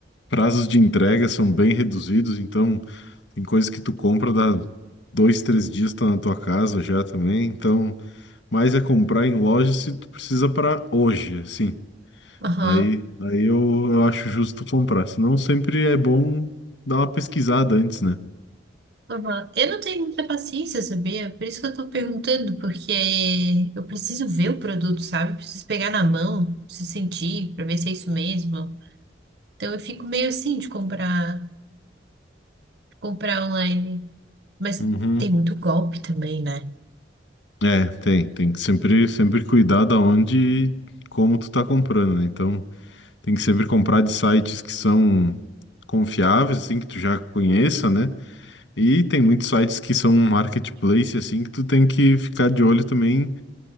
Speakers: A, on the left; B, on the right.
A: prazos de entrega são bem reduzidos, então tem coisas que tu compra da dois, três dias tá na tua casa já também, então mas é comprar em loja se tu precisa para hoje, assim.
B: Aham.
A: Aí, aí eu, eu acho justo comprar. Senão sempre é bom dar uma pesquisada antes, né?
B: Aham. Eu não tenho muita paciência, sabia? Por isso que eu tô perguntando, porque eu preciso ver o produto, sabe? Preciso pegar na mão, preciso sentir, pra ver se é isso mesmo. Então eu fico meio assim de comprar, comprar online. Mas
A: Uhum.
B: tem muito golpe também, né?
A: É, tem, tem que sempre, sempre cuidar da onde e como tu tá comprando, né? Então, tem que sempre comprar de sites que são confiáveis, assim, que tu já conheça, né? E tem muitos sites que são um marketplace, assim, que tu tem que ficar de olho também